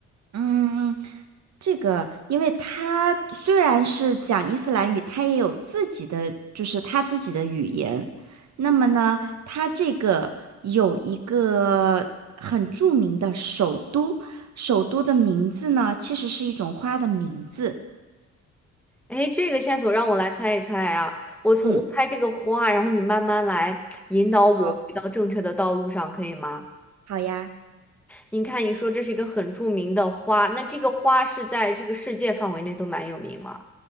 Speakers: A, on the right; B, in the centre.
A: 嗯，这个，因为他虽然是讲伊斯兰语，他也有自己的，就是他自己的语言。那么呢，他这个有一个很著名的首都，首都的名字呢，其实是一种花的名字。
B: 哎，这个线索让我来猜一猜啊！我从我猜这个花，
A: 嗯，
B: 然后你慢慢来引导我回到正确的道路上，
A: 好，
B: 可以吗？
A: 好呀。
B: 你看，你说这是一个很著名的花，那这个花是在这个世界范围内都蛮有名吗？